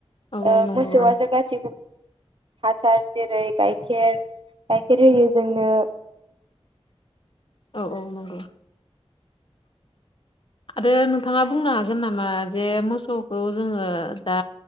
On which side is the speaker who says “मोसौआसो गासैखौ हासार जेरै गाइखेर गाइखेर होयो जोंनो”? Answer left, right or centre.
Right